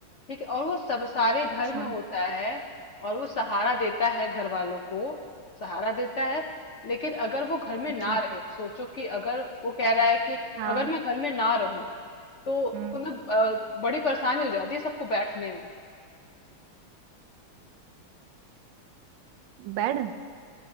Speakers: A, on the left; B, on the right.
A: ठीक है और वो सब सारे
B: अच्छा
A: घर में होता है और वो सहारा देता है घर वालों को सहारा देता है लेकिन अगर वो घर में
B: अच्छा
A: ना रहे सोचो कि अगर वो कह रहा है कि
B: हाँ
A: अगर मैं घर में ना रहूं तो
B: हम्म
A: मतलब अ, बड़ी परेशानी हो जाती है सबको बैठने में
B: बेड